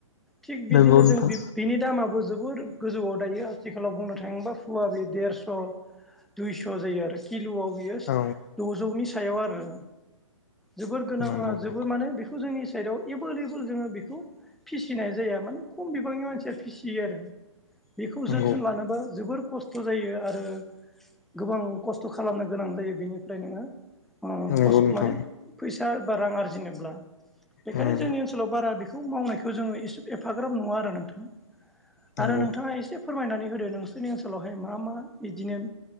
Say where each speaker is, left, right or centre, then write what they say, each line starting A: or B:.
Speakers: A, in the centre; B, on the left (about 30°).
A: थिग बिदिनो
B: नंगौ नोंथां
A: जों बि बिनि दामाबो जोबोर गोजौआव दायो आथिखालाव बुंनो थाङोबा फुवाबे देरस'। दुइस' जायो आरो किलुआव बियो द'जौनि
B: औ
A: सायाव आरो। जोबोर गोनां
B: नंगौ
A: ओ
B: नंगौ
A: जोबोर माने बेखो जोंनि साइडआव एबो ओरैबो जोङो बेखौ फिसिनाय जाया माने खम बिबांनि मानसिया फिसियो आरो। बेखौ
B: नंगौ
A: जोथोन लानोबा जोबोर खस्थ' जायो आरो गोबां कस्थ' खालामनो गोनां जायो बिनिफ्राय नोङो ओ
B: नंगौ
A: पस
B: नोंथां
A: माने फैसा बा रां आरजिनोब्ला बेखायनो
B: उम
A: जोंनि ओनसोलाव बारा बेखौ मावनायखौ जोङो एसे एफाग्राब नुआ आरो नोंथां।
B: नंगौ
A: आरो नोंथाङा एसे फोरमायनानै होदो नोंसोरनि ओनसोलावहाय मा मा बिदिनो